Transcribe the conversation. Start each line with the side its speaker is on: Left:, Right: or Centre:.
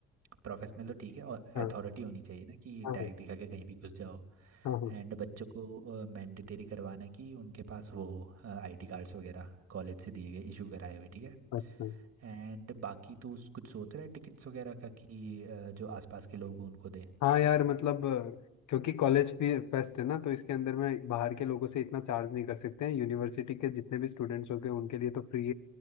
Right: प्रोफेशनल तो ठीक है और
Left: हाँ
Right: अथॉरिटी होनी चाहिए ना कि
Left: हाँ
Right: टैग
Left: हाँ
Right: दिखा के कहीं भी घुस जाओ
Left: हाँ हाँ,
Right: एंड बच्चों को मैंडेटरी करवाना कि उनके पास वो हो आईडी कार्ड्स वगैरह कॉलेज से दिए गए इशू कराए हुए ठीक है
Left: अच्छा
Right: एंड बाकी तू उस- कुछ सोच रहा है टिकट्स वगैरह का कि अ, जो आसपास के लोग हों उनको दें
Left: हाँ यार मतलब अ, क्योंकि कॉलेज फेस्ट है ना तो इसके अंदर में बाहर के लोगों से इतना चार्ज नहीं कर सकते हैं यूनिवर्सिटी के जितने भी स्टूडेंट्स होंगे उनके लिए तो फ्री